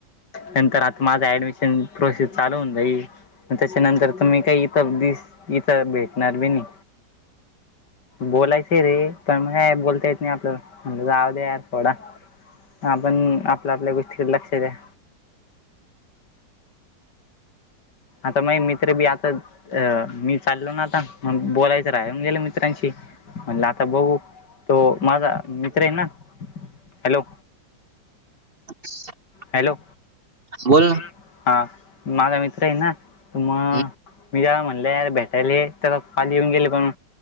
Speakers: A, on the left; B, on the right.
A: नंतर आता माझा ऍडमिशन प्रोसेस चालू होऊन जाईल... त्याच्यानंतर त मी काही <unintelligible> इथं भेटणार बी नाई, बोलाय रे पण नाय, बोलता येत नाही आपल्याला... म्हणलं जाऊ दे यार सोडा... आपण आपल्या आपल्या गोष्टींकडे लागतय काय? आता मग मित्र बी आता मी चाललो ना आता म बोलायचं राहून गेलं मित्रांशी म्हणलं आता बघू तो माझा मित्र आहे ना हॅलो!
B: <unintelligible>
A: हॅलो
B: बोल ना
A: हा माझा मित्र आहे ना मग,
B: हम्म
A: मी जरा म्हणलं यार भेटायला त्याला तर काल येऊन गेले पण